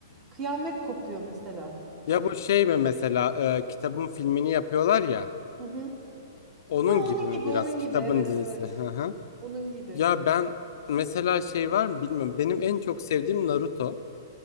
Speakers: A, on the right (about 30°); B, on the left (about 65°).
A: kıyamet kopuyor mesela.
B: Ya bu şey mi mesela e, kitabın filmini yapıyorlar ya
A: Hı hı.
B: onun
A: Ha, onun
B: gibi mi
A: gibi,
B: biraz
A: onun
B: kitabın
A: gibi evet
B: dizisi?
A: evet.
B: Hı hı.
A: Onun gibi.
B: Ya ben mesela şey var mı bilmiyorum. Benim en çok sevdiğim Naruto.